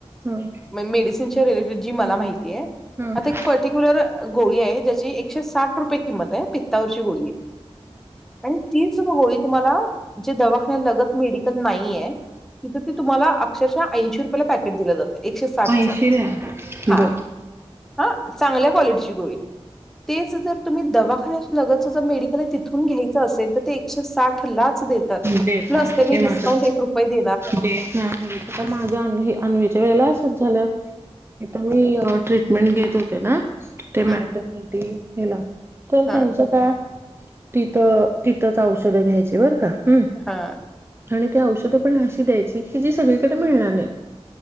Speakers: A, on the right; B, in the centre.
A: हम्म
B: म मेडीसिनच्या जी मला माहितीये
A: हम्म
B: आता गोळी आहे ज्याची एकशे साठ रुपये किंमत आहे. पित्तावरची गोळी आहे आणि तीच गोळी तुम्हाला जे दवाखान्यालागत मेडिकल नाहीये तिथं ते तुम्हाला अक्षरशः ऐंशी रुपयला पॅकेट दिलं जात एकशे साठचं
A: ऐंशी द्या
B: हां
A: बघ
B: हां चांगल्या क्वालिटीची गोळी तेच जर तुम्ही दवाखान्या लगतचं जे मेडिकल आहे तिथून घ्यायचं असेल तर ते एकशे साठलाच देत प्लस
A: देतात
B: त्यांनी
A: हे
B: डिस्काउंट
A: मात्र
B: एक रुपये दे
A: देत नाहीत आता माझ्या अनू हे अन्वीच्या वेळेला असंच झालं <unintelligible> ट्रीटमेंट घेत होते ना ते
B: हम्म
A: मॅटर्निटी हेला तर
B: हा
A: त्यांच काय तिथं तिथंच औषधं घ्यायची बरं का हम्म
B: हा
A: आणि ती औषधं पण अशी द्यायची की जी सगळीकडे मिळणार नाही